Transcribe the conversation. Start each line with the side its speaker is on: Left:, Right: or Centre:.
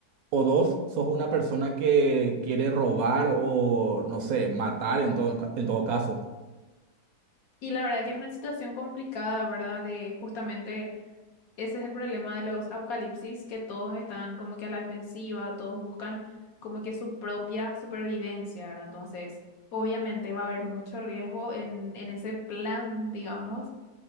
Right: o dos, sos una persona que quiere robar o, no sé, matar en todo, ca- en todo caso.
Left: Y la verdad que es una situación complicada, ¿verdad? De justamente ese es el problema de los apocalipsis, que todos están como que a la defensiva, todos buscan como que su propia supervivencia, ¿verdad? Entonces, obviamente va a haber mucho riesgo en, en ese plan, digamos